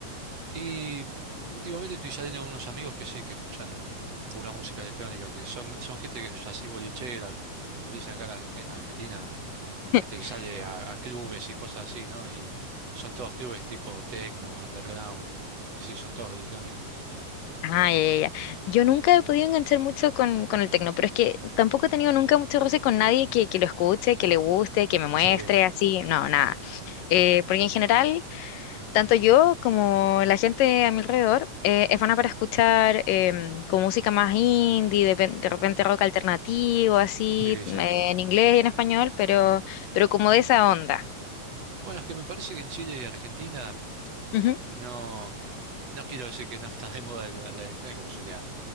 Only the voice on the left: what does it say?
<laughs>
Ah, ya, ya, ya. Yo nunca he podido enganchar mucho con, con el tecno, pero es que tampoco he tenido nunca mucho roce con nadie que, que lo escuche, que le guste, que me muestre,
así, no, nada. Eh, porque en general, tanto yo como la gente a mi alrededor eh, es buena para escuchar em, con música más indie, de, pen- de repente rock alternativo, así,
eh, en inglés y en español, pero, pero como de esa onda.
Ujú,